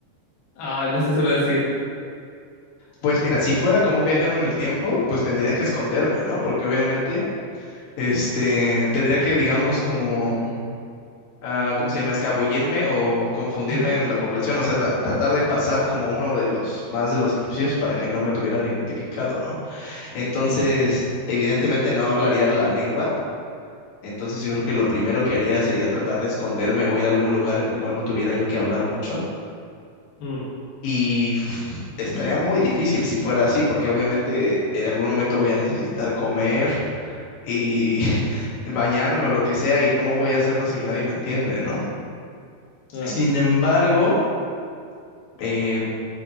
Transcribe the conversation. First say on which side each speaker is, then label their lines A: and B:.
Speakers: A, on the left; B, on the left.
A: Ah, no sé si lo decís tú.
B: Pues mira, si fuera como un viajero en el tiempo, pues tendría que esconderme, ¿no? Porque obviamente, este, tendría que, digamos, como, mm, ah, ¿cómo se llama? Escabullirme o confundirme
A: Mm,
B: en la población, o sea, tra- tratar de pasar como uno de los más de los egipcios para que no me tuvieran identificado, ¿no? Entonces,
A: mm,
B: evidentemente no hablaría la lengua. Entonces yo creo que lo primero que haría sería tratar de esconderme o ir a algún lugar en el cual no tuviera yo que hablar mucho.
A: mm,
B: Y uf, estaría muy difícil si fuera así, porque obviamente en algún momento voy a necesitar comer y <laughs> bañarme o lo que sea, y cómo voy a hacerlo si
A: mm,
B: nadie me entiende, ¿no?
A: ah,
B: Sin embargo, eh,